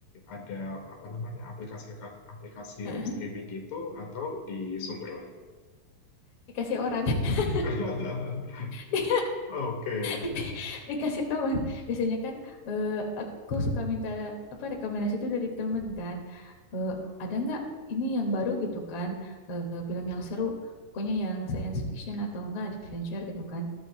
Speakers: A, on the left (about 75°); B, on the left (about 45°).
A: ada apa namanya aplikasi aplikasi
B: heeh.
A: live streaming gitu atau di sumber lain.
B: Dikasih orang, <laughs>
A: <laughs>
B: Di-
A: Oke.
B: di- dikasih teman. Biasanya kan eh, aku suka minta apa rekomendasi itu dari teman kan. eh, ada nggak ini yang baru gitu kan, eh, film yang seru, pokoknya yang science fiction atau enggak adventure gitu kan,